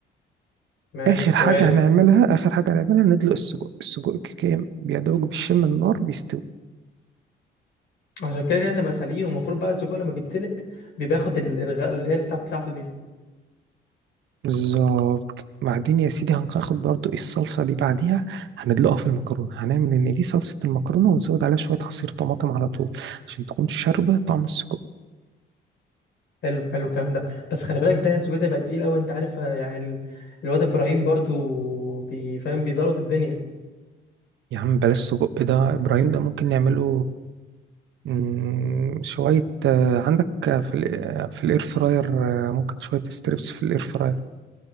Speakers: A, on the left (about 70°); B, on the right (about 70°).
A: ماشي
B: اخر حاجة
A: وارد
B: هنعملها اخر حاجة هنعملها ندلق السجق السجق كيكة بيدوب بالشم النار بيستوي
A: عشان كده كده هتبقى سالقين والمفروض بقى السجق لما بيتسلق بياخد الغاء اللي هي البتاع بتاعته دي
B: بالظبط بعدين يا سيدي هناخد برضو إيه الصلصة دي بعديها هندلقها في المكرونة هنعمل إن دي صلصة المكرونة ونزود عليها شوية عصير طماطم على طول عشان تكون شاربة طعم السجق
A: حلو حلو الكلام ده بس خلي بالك ده السجق ده بقى تقيل قوي انت عارف آه، يعني ال... الواد ابراهيم برضو بيفهم بيزلط الدنيا
B: يا عم بلاش سجق ده إبراهيم ده ممكن نعمله مم، شوية آه، عندك آه، في ال- آه، في الاير فراير آه، ممكن شوية ستريبس في الاير فراير